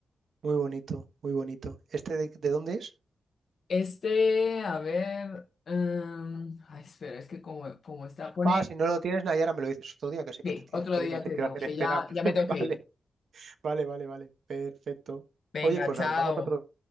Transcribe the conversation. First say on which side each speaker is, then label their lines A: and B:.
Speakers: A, on the right; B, on the left.
A: Muy bonito, muy bonito. ¿Este de, de dónde es?
B: Este, a ver. em, ay, espera, es que como, como está. Pone.
A: Ah, si no lo tienes, Nayara, me lo dices otro día, que sé
B: Sí,
A: que te tienes
B: otro
A: que
B: día
A: ir, no te
B: te
A: quiero
B: digo,
A: hacer
B: que
A: esperar.
B: ya,
A: <laughs>
B: ya me tengo
A: Vale,
B: que ir.
A: vale, vale, vale. Perfecto.
B: Venga,
A: Oye, pues
B: chao.
A: hablamos otro